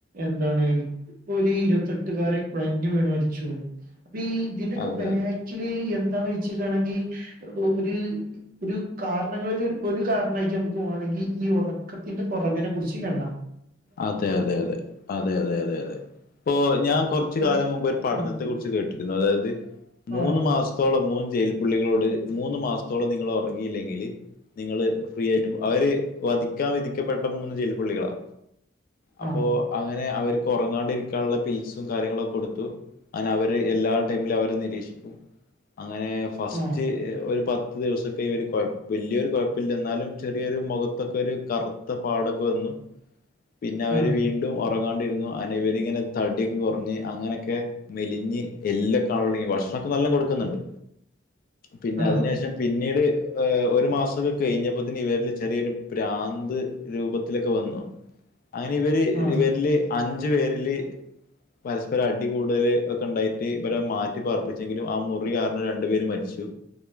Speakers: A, on the right; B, on the left.
A: എന്താണ്. ഇപ്പൊ ഒരു ഇരുപത്തെട്ടുകാരൻ കുഴഞ്ഞു വീണ് മരിച്ചു അപ്പൊ ഈ ഇതിന്റൊക്കെ
B: അതെ
A: ബക്ക്. ച്ച്വലീ എന്താ ചൊയിച്ചകാണെങ്കില് ഒര്. ഒരു കാരണങ്ങളിലൊരു ഒരു കാരണായിട്ട് നമക്ക് വാണങ്കിൽ. ഈ ഒറക്കത്തിന്റെ കൊറവിനെ കുറിച്ച് വേണ്ട.
B: അതെ അതെ അതെ അതെ അതെ അതെ അതെ. ഇപ്പോ ഞാൻ കൊറ്ച്ച് കാലം
A: എ
B: മുമ്പ് ഒരു പഠനത്തെ
A: ആഹ്
B: കുറിച്ച് കേട്ടിരുന്നു അതായത് മൂന്ന്
A: ആഹ്
B: മാസം. ത്തോളം മൂന്ന് ജയിൽപുള്ളികളോട് മൂന്ന് മാസത്തോളം നിങ്ങൾ ഒറങ്ങിയില്ലെങ്കിൽ നിങ്ങള്. ഫ്രീ ആയിട്ടും അവര് വധിക്കാൻ വിധിക്കപ്പെട്ട മൂന്ന് ജെയിൽപുള്ളികളാ. അപ്പോ
A: ആഹ്
B: അങ്ങനെ അവർക്ക് ഒറങ്ങാണ്ടിരിക്കാൻള്ള പീൽസും കാര്യങ്ങളൊക്കെ കൊടുത്തു. അങ്ങനെ അവര് എല്ലാ ടൈമിലും അവരെ നിരീക്ഷിക്കും അങ്ങനെ ഫസ്റ്റ്
A: ആഹ്
B: എ. ഒരു പത്ത് ദിവസൊക്കെ ഇവര് കൊഴ വല്ല്യൊരു കൊഴപ്പല്ല്യ ന്നാലും ചെറിയൊരു മൊഖത്തൊക്കെ ഒരു കറു. ത്ത പ്പാടൊക്കെ വന്നു. പിന്നെ അവര്
A: ആഹ്
B: വീണ്ടും ഒറങ്ങാണ്ടിരുന്നു അനെ ഇവരിങ്ങനെ തടിം കൊറഞ്ഞ് അങ്ങനെയൊക്കെ. മെലിഞ്ഞ് എല്ലൊക്കെ കാണലൊട്ങ്ങി ഭക്ഷണൊക്കെ നല്ലണം കൊടുക്കുന്നുണ്ട്. പിന്നെ
A: ആഹ്
B: അതിനേഷം പിന്നീട് ഏ ഒരു മാസൊക്കെ കഴിഞ്ഞപ്പത്തന് ഇവരിൽ ചെറിയൊരു. പ്രാന്ത് രൂപത്തിലൊക്കെ വന്നോ? അങ്ങനെ ഇവര്
A: ആഹ്
B: ഇവരില് അഞ്ചു പേരില്. പരസ്പരം അടി കൂടുതൽ ഒക്കെ ഉണ്ടായിട്ട് ഇ വരെമാറ്റി പാർപ്പിച്ചെങ്കിലും ആ മുറി കാരണം രണ്ടുപേരും മരിച്ചു.